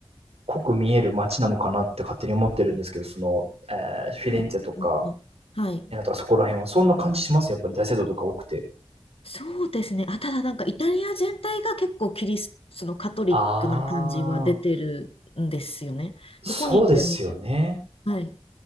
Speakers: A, on the right; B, on the left.
A: 濃く見える街なのかなって勝手に思ってるんですけど、その、えーフィレンツェとか、
B: うんうんうん。はい。
A: エナとかそこら辺はそんな感じします？やっぱり大聖堂とか多くて。
B: そうですね。あ、ただなんかイタリア全体が結構キリスト、のカトリックな感じは出てるんですよね。
A: ああ、そうですよね。
B: どこに行っても、はい。